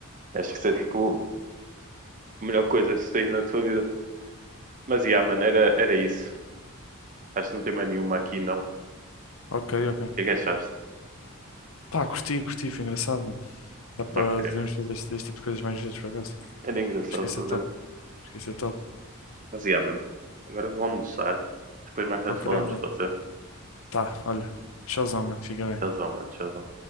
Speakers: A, on the right; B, on the left.
A: Acho que isso é tipo a melhor coisa que tens na tua vida. Mas e a maneira era isso. Acho que não tem mais nenhuma aqui, não. O
B: Ok, ok.
A: que é que achaste?
B: Pá, curti, curti, foi engraçado, mano. Dá para
A: Ok, mano.
B: devemos fazer este, este tipo de coisas mais vezes, por acaso.
A: Era engraçado,
B: Esqueci
A: por
B: top.
A: exemplo.
B: Esqueci top.
A: Mas e yeah, mano. Agora eu vou almoçar. Depois mais tarde
B: Ok,
A: falamos,
B: ok.
A: pode ser?
B: Tá, olha. Tchauzão, mano. Fica bem.
A: Tchauzão, mano. Tchauzão.